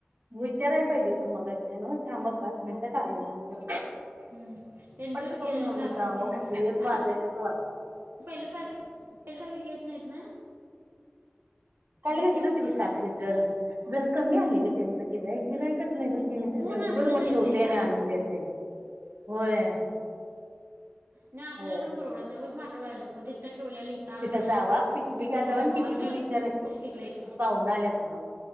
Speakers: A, on the right; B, on the right.
A: विचारयला पाहिजे होत, मगच्यान थांबा पाच मिनिटात आलो म्हणतो.
B: हूं तेनं
A: पट्ट
B: दूध
A: करून
B: घे
A: एवढं
B: जाताना
A: जावं
B: घेतय
A: म्हटलं एक वाजायचंच
B: आता
A: वाट
B: पहिल्या सारख पहिल्या सारख घेत नाहीत ना
A: काल
B: दूध
A: घेतलं
B: जास्ती
A: होतं की सात लिटर जर कमी आलय. ते त्यांचं गिरायक बिरायकच नाही तर तेन्ही
B: ऊन
A: तरी मग
B: असलं
A: उगच
B: तर येतंय
A: ठेवतय
B: ग
A: आणि आणून देतय होय.
B: नाय आपल्याला
A: होय
B: पण परवडत नाय उगच मात् व्हायला नको. तिथ ठेवल्याल हित आणून
A: तिथं जावा पिशवी घ्या
B: मरवायला
A: जावा आणि
B: का
A: किती
B: अर्जुन
A: देऊ विचारा
B: पडशील
A: की
B: इकडे ये
A: पाहुन आल्यात म्हणा